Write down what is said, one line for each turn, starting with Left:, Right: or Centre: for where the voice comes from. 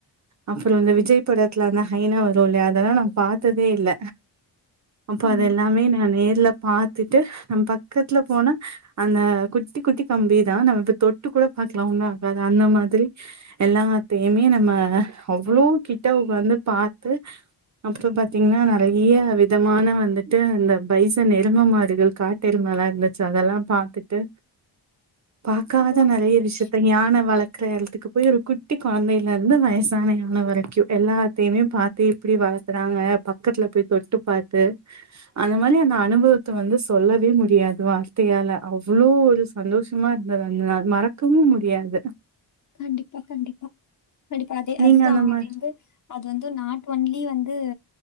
Right: அப்புறோ வந்து இந்த விஜய் படத்துல அந்த லைனா வரு இல்லையா அதெல்லா நா பாத்ததே இல்ல அப்ப
Left: ஆமா.
Right: அத எல்லாமே நா நேர்ல பாத்துட்டு நம் பக்கத்ல போன அந்த குட்டி குட்டி கம்பிதா நம்ப இப்ப தொட்டு கூட பாக்லா ஒன்னு ஆகாது அந்த மாதிரி எல்லாத்தையுமே நம்ம அவ்ளோ கிட்ட வந்து பாத்து அப்ற பாத்தீங்ன்னா நெறைய விதமான வந்துட்டு இந்த பைசன் எரும மாடுங்க காட் டெருமலா இருந்துச்சு அதெல்லா பாத்துட்டு பாக்காத
Left: அது ஒரு
Right: நெறைய
Left: நல்ல
Right: விஷத்தை
Left: விஷயம்.
Right: யான வளக்கற எடத்துக்கு போய் ஒரு குட்டி கொழந்தயில இருந்து வயசான யான வரைக்கு எல்லாத்தையுமே பாத் தி இப்டி வளத்றாங்க பக்கத்துல போய் தொட்டு பாத்து அந்த மாரி அந்த அனுபவத்த வந்து சொல்லவே முடியாது வார் த்தையால அவ்ளோ ஒரு சந்தோஷமா இருந்தது அந்த நாள் மறக்கவு முடியாது
Left: கண்டிப்பா கண்டிப்பா கண்டிப்பா அதே
Right: நீங்க
Left: அதுதா
Right: அந்த மாரி
Left: அது வந்து அது வந்து நாட் ஒன்லி வந்து